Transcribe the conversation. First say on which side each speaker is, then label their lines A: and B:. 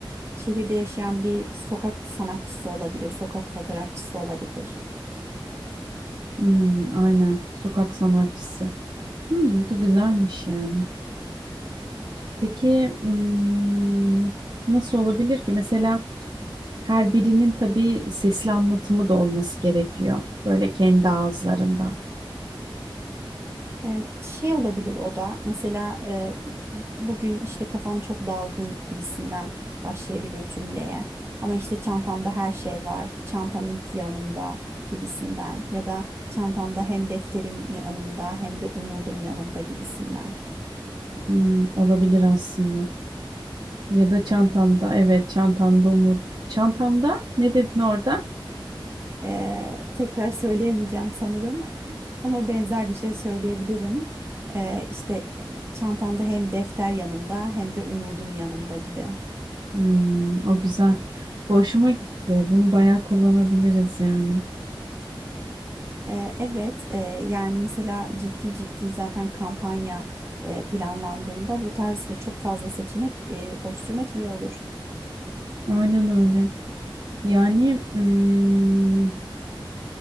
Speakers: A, on the right; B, on the right.
A: şehirde yaşayan bir sokak sanatçısı olabilir, sokak fotoğrafçısı olabilir.
B: Hmm, aynen. Sokak sanatçısı. Hmm, bu da güzelmiş yani. Peki hmm, nasıl olabilir ki? Mesela her birinin tabii sesli anlatımı da olması gerekiyor. Böyle kendi ağızlarından.
A: Evet, şey olabilir o da mesela e, bugün işte kafam çok dalgın gibisinden başlayabilir cümleye ama işte çantamda her şey var çantam iyi ki yanımda gibisinden ya da çantamda hem defterim yanımda hem de umudum yanımda gibisinden
B: Hmm, olabilir aslında. Ya da çantamda. Evet, çantamda umut. Çantamda ne dedin orada?
A: E, tekrar söyleyemeyeceğim sanırım <laughs> ama benzer bir şey söyleyebilirim E, işte çantamda hem defter yanımda hem de umudum yanımda gibi.
B: Hmm, o güzel. Bu hoşuma gitti. Bunu bayağı kullanabiliriz yani.
A: Ee, Evet, e, yani mesela ciddi ciddi zaten kampanya e, planlandığında bu tarz e, çok fazla seçenek e, oluşturmak iyi olur.
B: Aynen öyle. Yani hmm,